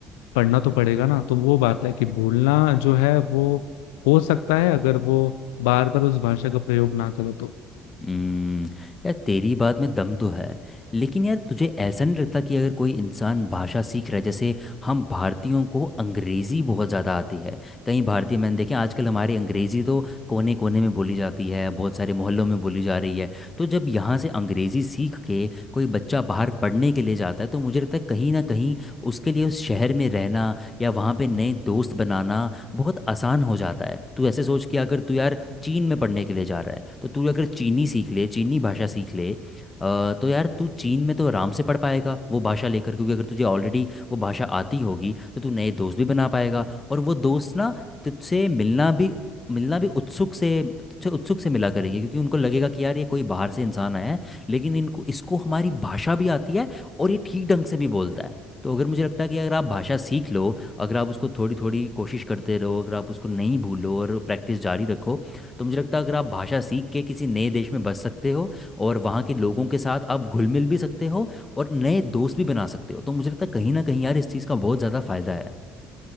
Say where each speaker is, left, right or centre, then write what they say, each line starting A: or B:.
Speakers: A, on the left; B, on the left.
A: पढ़ना तो पड़ेगा ना तो वो बात है कि भूलना जो है वो हो सकता है अगर वो बार बार उस भाषा का प्रयोग ना करो तो
B: हम्म, यार तेरी बात में दम तो है लेकिन यार तुझे ऐसा नहीं लगता कि अगर कोई इंसान भाषा सीख रहा है जैसे हम भारतीयों को अंग्रेज़ी बहुत ज़्यादा आती है कई भारतीय मैंने देखे आजकल हमारी अंग्रेज़ी तो कोने कोने में बोली जाती है बहुत सारे मोहल्लों में बोली जा रही है तो जब यहाँ से अंग्रेज़ी सीख के कोई बच्चा बाहर पढ़ने के लिए जाता है तो मुझे लगता है कहीं ना कहीं उसके लिए उस शहर में रहना या वहाँ पे नए दोस्त बनाना बहुत आसान हो जाता है तू ऐसे सोच कि अगर तू यार चीन में पढ़ने के लिए जा रहा है तो तू अगर चीनी सीख ले चीनी भाषा सीख ले अ, तो यार तू चीन में तो आराम से पढ़ पाएगा वो भाषा लेकर क्योंकि अगर तुझे ऑलरेडी वो भाषा आती होगी तो तू नए दोस्त भी बना पाएगा और वो दोस्त ना तुझसे मिलना भी मिलना भी उत्सुक से तुझसे उत्सुक से मिला करेंगे क्योंकि उनको लगेगा कि यार ये कोई बाहर से इंसान आया है लेकिन इनको इसको हमारी भाषा भी आती है और ये ठीक ढंग से भी बोलता है तो अगर मुझे लगता है कि अगर आप भाषा सीख लो अगर आप उसको थोड़ी थोड़ी कोशिश करते रहो अगर आप उसको नहीं भूलो और प्रैक्टिस जारी रखो तो मुझे लगता है अगर आप भाषा सीख के किसी नए देश में बस सकते हो और वहाँ के लोगों के साथ आप घुल मिल भी सकते हो और नए दोस्त भी बना सकते हो तो मुझे लगता है कहीं ना कहीं यार इस चीज़ का बहुत ज़्यादा फायदा है